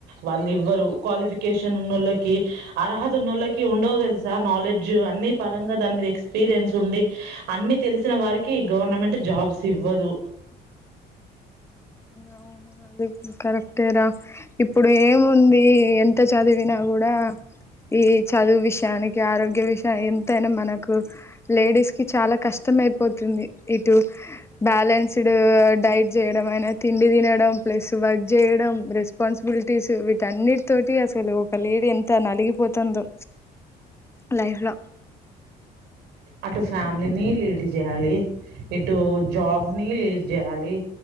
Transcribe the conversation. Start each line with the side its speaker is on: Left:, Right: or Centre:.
Right: వాళ్ళు ఇవ్వరు క్వాలిఫికేషన్ ఉన్నో ళ్ళకి అర్హత ఉన్నోళ్ళకి ఉండవు తెలుసా నాలెడ్జ్ అన్ని పరంగా దాని మీద ఎక్స్పీరియన్స్ ఉండి అన్ని తెలిసిన వారికి గవర్నమెంట్ జాబ్స్ ఇవ్వదు
Left: అవును అది కరెక్ట్ రా ఇప్పుడు ఏముంది ఎంత చదివినా కూడా ఈ చదువు విషయానికి ఆరోగ్య విషయానికి ఎంతైనా మనకు లేడీస్ కి చాలా కష్ కష్టమైపోతుంది ఇటు బ్యాలెన్స్డ్ డైట్ చేయడం అయినా తిండి తినడం ప్లస్ వర్క్ జేయడం రెస్ రెస్పాన్సిబిలిటీస్ వీటన్నిటి తోటి అసలు ఒక లేడీ ఎంత నలిగిపోతుందొ లైఫ్ లో
Right: అటు ఫ్యామిలీని లీడ్ జేయాలి ఇటు జాబ్ ని లీడ్ జేయాలి